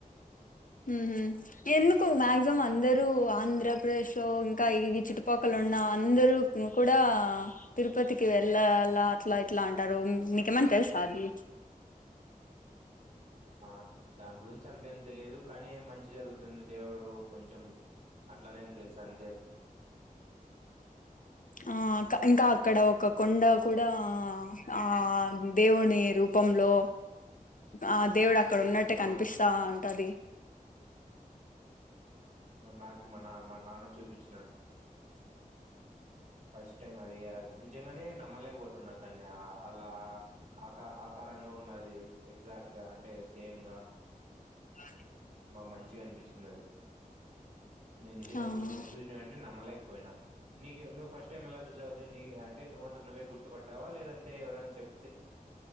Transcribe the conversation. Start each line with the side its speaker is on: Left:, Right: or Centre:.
Left: ఉ ఎందుకు మాక్సిమం అందరు ఆంధ్రప్రదేశ్ లో ఇంకా ఇ చుట్టుపక్కల ఉన్న అందరు కూడా తిరుపతికి వెళ్ళాలా అట్లా ఇట్లా అంటారు. మీకేమన్నా తెలుసా అది
Right: ఆ దాని గురించి అంతేం తెలియదు కానీం మంచి జరుగుతుంది. దేవుడు కొంచెం అట్లానేం తెలుసు అంతే
Left: ఆ ఇంకా అక్కడ ఒక కొండ కూడా ఆ దేవుని రూపంలో ఆ దేవుడు అ అక్కడ ఉన్నట్టే
Right: అవును
Left: కనిపిస్తా ఉంటది.
Right: మా నాకి మా నా మా నాన్న చూపించినాడు ఫస్ట్ టైం అది నిజంగానే నమ్మలేక పోతాం స్తున్న దాన్ని అలా ఆక ఆకారంగా ఉన్నది ఎగ్జాక్ట్ గా అంటే సేమ్ గా
Left: ఆ
Right: బా మంచిగా అనిపించింది అది నేను నిజంగా
Left: ఆ
Right: చూసాను చూసిన వెంటే నమ్మలేకపోయినా నీ నువ్ ఫస్ట్ టైమ్ ఎలా చూ అంటే నువ్వుంతకు నువ్వే గుర్తుపట్టావా లేదంటే ఎవ అని చెప్పి